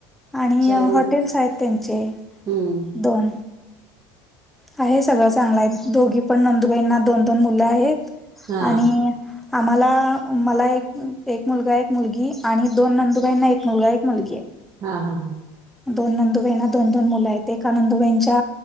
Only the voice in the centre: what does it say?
आणि
हॉटेल्स आहेत त्यांचे.
दोन आहे सगळं चांगलं आहे दोघी पण नंदुबाईंना दोन दोन मुलं आहेत
आणि - आम्हाला मला एक एक मुलगा एक मुलगी आणि दोन नंदूबाईंना एक मुलगा एक मुलगी हाय.
दोन नंदूबाईंना दोन दोन मुलं आहेत एका नंदुबाईंच्या